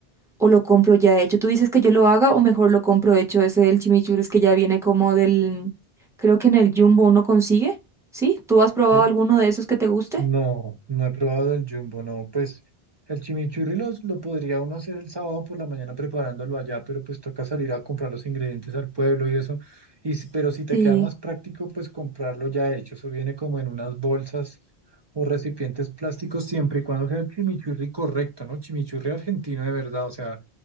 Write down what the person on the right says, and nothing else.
sí.
No, no he probado del jumbo, no. Pues el chimichurri los- lo podría uno hacer el sábado por la mañana preparándolo allá, pero pues toca salir a comprar los ingredientes al pueblo y eso. Y, si- pero si te
queda más práctico, pues comprarlo ya hecho. Eso viene como en unas bolsas o recipientes plásticos siempre y cuando sea el chimichurri correcto, ¿no? Chimichurri argentino de verdad, o sea,